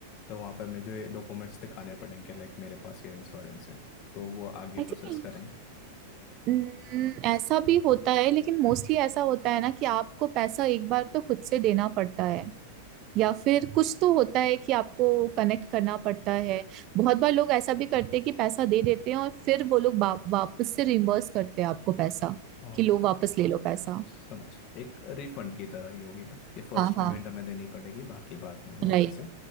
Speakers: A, on the left; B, on the right.
A: तो वहाँ पे मैं जो ये डॉक्यूमेंट्स दिखाने पड़ेंगे लाइक मेरे पास ये इंश्योरेंस है तो वो आगे
B: आई
A: प्रोसेस
B: थिंक
A: करेंगे
B: न- ऐसा भी होता है लेकिन मोस्टली ऐसा होता है ना कि आपको पैसा एक बार तो खुद से देना पड़ता है या फिर कुछ तो होता है कि आपको कनेक्ट करना पड़ता है बहुत बार लोग ऐसा भी करते हैं कि पैसा दे देते हैं और फिर वो लोग वा, वापस से रिम्बर्स करते हैं आपको पैसा
A: और
B: कि लो वापस ले लो पैसा
A: समझ गया एक रिफंड की तरह ही हो गया कि फर्स्ट
B: हाँ
A: पेमेंट
B: हाँ
A: हमें देनी पड़ेगी बाकी बाद में हमें वो
B: राइट
A: पैसे